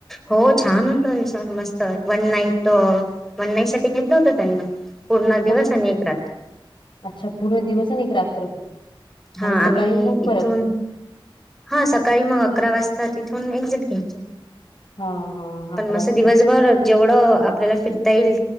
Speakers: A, in the centre; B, on the left.
A: हो छान होत सन मस्त वन नाईट वन नाईट साठी घेतलं होत त्यांनी. पूर्ण दिवस
B: फक्
A: आणि एक रात्र
B: अच्छा पूर्ण दिवस आणि एक रात्र.
A: हा
B: आणि सकाळी
A: आम्ही
B: मग परत.
A: इथून हा सकाळी मग अकरा वाजता तिथून एक्झिट घ्यायची.
B: हां, हां.
A: पण मस
B: वाजता.
A: दिवसभर जेवढं आपल्याला फिरता येईल